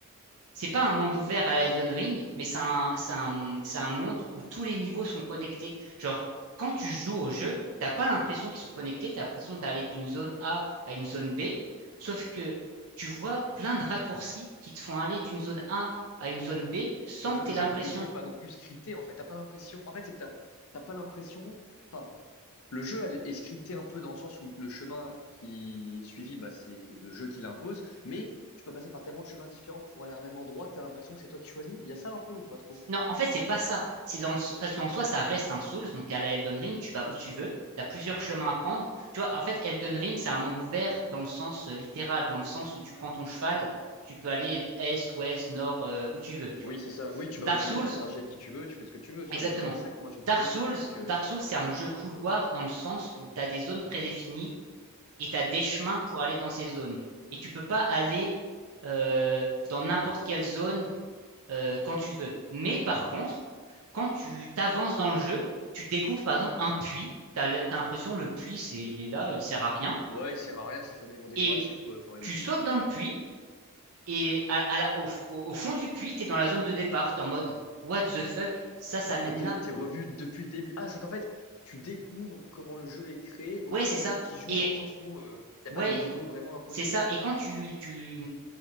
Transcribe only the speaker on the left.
Donc
le
jeu,
le jeu est pas non plus scripté en fait. T'as pas l'impression. En fait, c'est que t'as t'as pas l'impression. Enfin, Le jeu elle, est scripté un peu dans le sens où le chemin qui est suivi, bah, c'est le jeu qui l'impose, mais tu peux passer par tellement de chemins différents pour aller à un même endroit que tu as l'impression que c'est toi qui choisis. Il y a ça un peu ou pas trop?
Oui,
c'est ça. Oui, tu
vas où tu
veux, t'interagis avec qui tu veux, tu fais ce que tu veux. Sur
Elden Ring 5, moi j'ai beaucoup
aimé.
C'est que,
ouais, il sert à rien, c'est juste un élément décoratif,
quoi. Enfin, il...
Donc t'es,
t'es revu depuis le début. Ah, c'est qu'en fait, tu découvres comment le jeu est créé
au fur
et à
mesure qu'il joue,
dans le sens où il n'y a
pas des niveaux vraiment imposés.